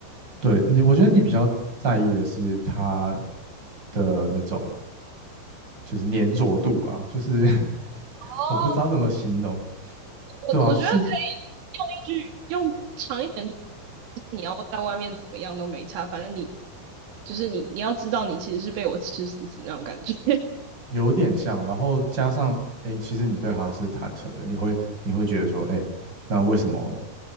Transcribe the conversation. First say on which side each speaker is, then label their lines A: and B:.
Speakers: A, on the right; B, on the right.
A: 对你，我觉得你比较在意的是他的那种就是粘着度啊，就是 <laughs>
B: 哦，
A: 我不知道怎么形容。
B: 我我觉得可以用一句用长一点，
A: 对啊，就是
B: 你要在外面怎么样都没差，反正你就是你你要知道你其实是被我吃死死那种感觉。<laughs>
A: 有点像，然后加上，哎，其实你对他是坦诚的，你会你会觉得说，哎，那为什么